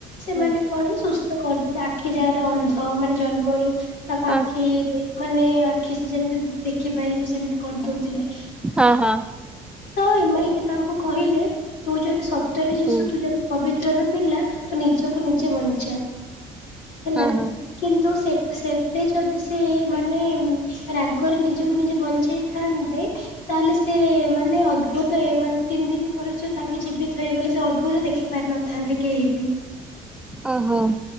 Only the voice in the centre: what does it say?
ହଁ
ହଁ
ହଁ ହଁ।
ହୁଁ
ହଁ ହଁ
ଓହୋ।